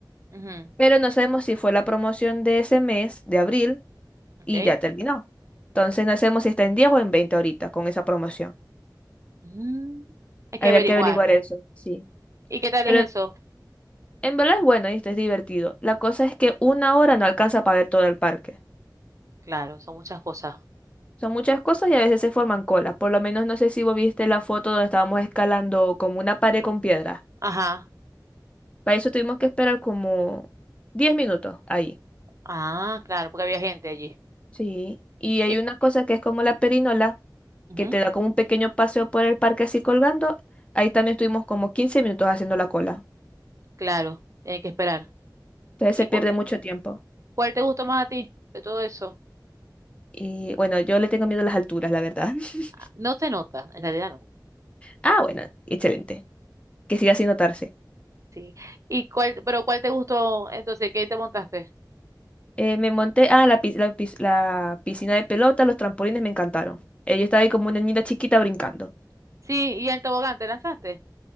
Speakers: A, on the right; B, on the left.
A: Ujú,
B: pero no sabemos si fue la promoción de ese mes, de abril,
A: ok.
B: y ya terminó. Entonces no sabemos si está en 10 o en 20 ahorita con esa promoción.
A: Mm, hay que
B: Habría
A: averiguar.
B: que averiguar eso, sí.
A: ¿Y qué tal
B: Pero
A: es eso?
B: en verdad es bueno y es divertido. La cosa es que una hora no alcanza para ver todo el parque.
A: Claro, son muchas cosas.
B: Son muchas cosas y a veces se forman colas. Por lo menos no sé si vos viste la foto donde estábamos escalando como una pared con piedra.
A: Ajá.
B: Para eso tuvimos que esperar como 10 minutos ahí.
A: Ah, claro, porque había gente allí.
B: Sí. Y hay
A: Y-
B: una cosa que es como la perinola,
A: ujú,
B: que te da como un pequeño paseo por el parque así colgando. Ahí también estuvimos como 15 minutos haciendo la cola.
A: claro, hay que esperar.
B: Entonces
A: ¿Y
B: se pierde
A: cu-
B: mucho tiempo.
A: cuál te gustó más a ti de todo eso?
B: Y bueno, yo le tengo miedo a las alturas, la verdad. <laughs>
A: No se nota, en realidad no.
B: Ah, bueno, excelente. Que siga sin notarse.
A: Sí. ¿Y cuál, pero cuál te gustó entonces? ¿Qué te montaste?
B: Eh, me monté, ah, la, pis- la pis- la piscina de pelota, los trampolines me encantaron. Eh, yo estaba ahí como una niña chiquita brincando.
A: Sí, y el tobogán, ¿te lanzaste?